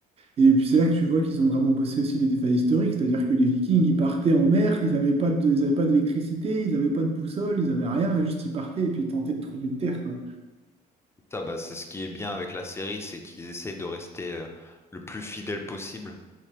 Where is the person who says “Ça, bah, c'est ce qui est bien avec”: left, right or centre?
Left